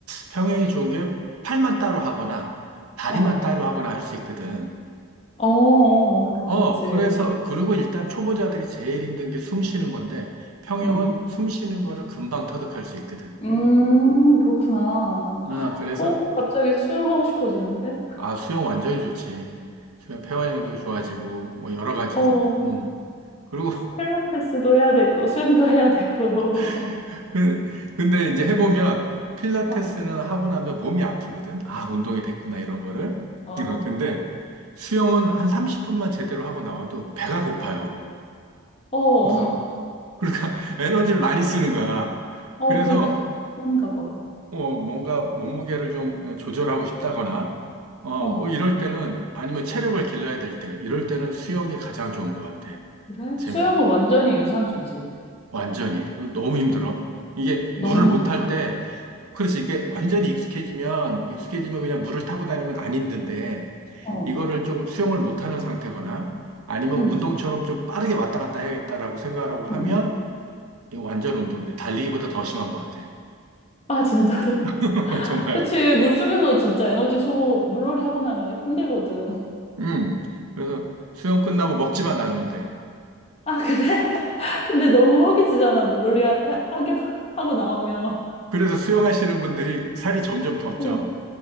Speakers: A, on the right; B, on the left.
A: 평형이 좋은 게 팔만 따로 하거나, 다리만
B: 어,
A: 따로 하거나 할 수 있거든.
B: 어, 어, 그치,
A: 어,
B: 그치.
A: 그래서, 그리고 일단 초보자들이 제일 힘든 게 숨 쉬는 건데, 평형은
B: 응.
A: 숨 쉬는 거를 금방 터득할 수 있거든.
B: 음, 그렇구나.
A: 어, 그래서
B: 어, 갑자기 수영하고 싶어지는데?
A: 아, 수영 완전히 좋지. 수영 폐활량도 좋아지고, 뭐, 여러 가지로.
B: 어.
A: 음. 그리고,
B: 필라테스도 해야 되고 수영도 해야 되고 <laughs>
A: <laughs> 그- 근데 이제 해보면, 필라테스는
B: 어,
A: 하고 나면 몸이 아프거든? 아, 운동이 됐구나, 이런 거를.
B: 어,
A: <laughs> 근데 수영은 한 30분만 제대로 하고 나와도 배가 고파요.
B: 어, 어,
A: 뭐, 그러니까 <laughs> 에너지를 많이 쓰는 거야.
B: 어,
A: 그래서,
B: 그, 그 그런가 봐.
A: 어, 뭔가 몸무게를 좀 어, 조절하고 싶다거나, 어,
B: 어,
A: 뭐, 이럴 때는, 아니면 체력을 길러야 될 때, 이럴 때는 수영이 가장 좋은 것 같아.
B: 그래?
A: 재미도.
B: 수영은 완전히 유산소지.
A: 완전히. 그 너무 힘들어. 이게
B: 너무
A: 물을
B: 힘들어.
A: 못탈 때, 그래서 이게 완전히 익숙해지면, 익숙해지면 그냥 물을 타고 다니면 안 힘든데,
B: 어,
A: 이거를 조금 수영을 못하는 상태거나, 아니면
B: 응,
A: 운동처럼 좀 빠르게 왔다 갔다 해야겠다라고 생각하고 하면,
B: 응, 응.
A: 이거 완전 운동인데, 달리기보다 더 심한 것 같아.
B: 아, 진짜로?
A: <laughs>
B: <laughs>
A: 정말.
B: 그치, 물속에서 진짜 에너지 소모, 물놀이 하고 나면 힘들거든.
A: 음. 그래서 수영 끝나고 먹지만 않으면 돼.
B: 아, 그래? <laughs> 근데 너무 허기지잖아, 물놀이 하, 하게,
A: 어,
B: 하고 나오면.
A: 그래서 수영하시는 분들이 살이 점점 더
B: 어.
A: 쪄.